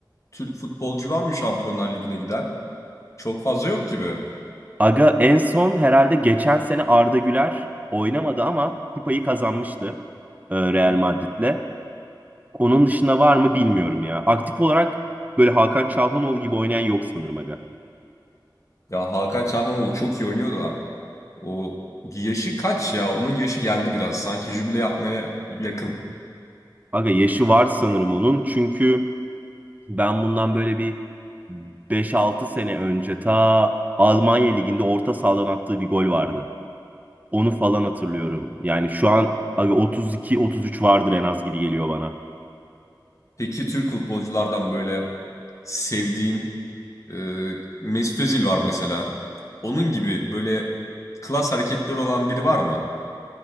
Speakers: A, on the left; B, on the right.
A: Türk futbolcu var mı Şampiyonlar Ligi'ne giden? Çok fazla yok gibi. Hı
B: Aga en son herhalde geçen sene Arda Güler oynamadı ama kupayı kazanmıştı e,
A: hı.
B: Real Madrid'le. Onun dışında var mı bilmiyorum ya. Aktif olarak böyle Hakan Çalhanoğlu gibi oynayan yok sanırım aga.
A: Ya Hakan Çalhanoğlu çok iyi oynuyor da. O yaşı kaç ya? Onun yaşı geldi biraz. Sanki jübile yapmaya yakın.
B: Aga yaşı var sanırım onun. Çünkü ben bundan böyle bir beş altı sene önce ta Almanya Ligi'nde orta sahadan attığı bir gol vardı. Onu falan hatırlıyorum. Yani şu an aga 32-33 vardır en az gibi geliyor bana.
A: Peki Türk futbolculardan böyle sevdiğin e, Mesut Özil var mesela. Onun gibi böyle klas hareketleri olan biri var mı?